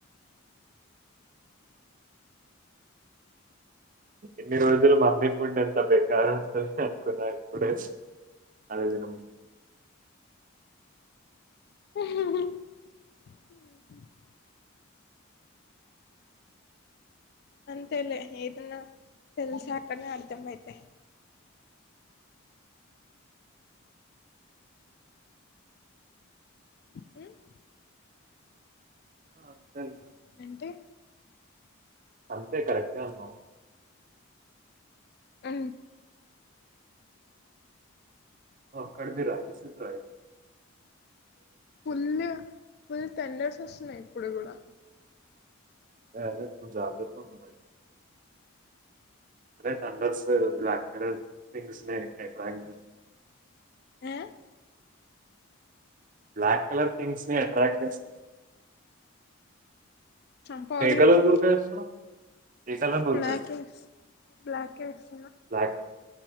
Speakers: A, on the right; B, on the left.
A: ఎన్ని రోజులు మమ్మీ ఫుడ్ ఎంత బెకార్ ఉంటుంది అనుకున్నా ఇప్పుడే ఆదన
B: <unintelligible> అంతలే ఏదన్నా తెల్సాకనే అర్తమయితాయి హమ్
A: ఆ చల్
B: ఏంటి
A: అంతే కరెక్టే అన్నా
B: అ
A: అక్కడ మీ రాసి రా
B: ఫుల్ ఫుల్ టెండర్స్ వస్తున్నాయి ఇప్పుడు కూడా
A: సరే జాగ్రత్త ఉండు మరి అదే తండర్స్ బ్లాక్ క థింగ్స్ అట్రాక్ట్
B: ఆ
A: బ్లాక్ కలర్ థింగ్స్ నీ అట్రాక్ట్ చేస్తారు
B: చంప పగులుతుంది
A: కలర్ గురక వేస్తున్నావు ఏ కలర్ గురక
B: బ్లాక్
A: వేస్తున్నావు
B: ఎస్ బ్లాక్ ఎస్
A: బ్లాక్